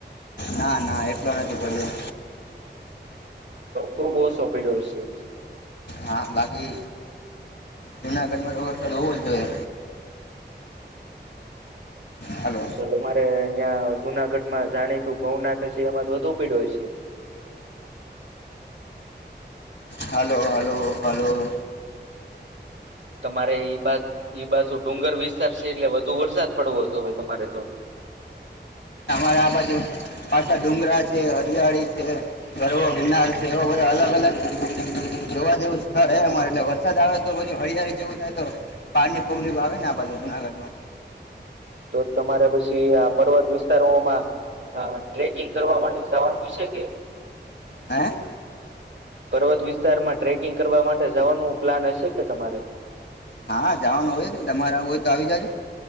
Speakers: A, on the left; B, on the right.
A: ના ના એટલો નથી. પડ્યો
B: ખુબ ઓછો પડ્યો છે.
A: હા બાકી જુનાગઢમાં તો વરસાદ હોવો જ જોઈએ. હાલો
B: તો તમારે અહીંયા. જુનાગઢમાં જાણીતું ભવનાથય છે એમાં તો વધુ પયડો હશે.
A: Hello hello hello.
B: તમારે એ બાજ. ઈ બાજુ ડુંગર વિસ્તાર છે એટલે વધુ વરસાદ પડવો જોવે તમારે તો.
A: બરાબર! પાછા ડુંગરા છે હરિયાળી છે ગરવો ગિરનાર છે એવા બધા અલગ અલગ. જોવા જેવું સ્થળ હે અમારે એટલે વરસાદ આવે તો હરિયાળી જેવું થાય તો પાણીની. કુલદીપ આવે ને આ બાજુ જૂનાગઢમાં.
B: તો તમારે પછી આ પર્વત વિસ્તારોમાં. હા ટ્રેકિંગ કરવા માટે જવાનું છે કે.
A: હે.
B: પર્વત વિસ્તારમાં ટ્રેકિંગ કરવા માટે જવાનું પ્લાન હશે કે તમારે.
A: હા હા જાવાનું હોય ને તમારે હોય તો આવી જજો.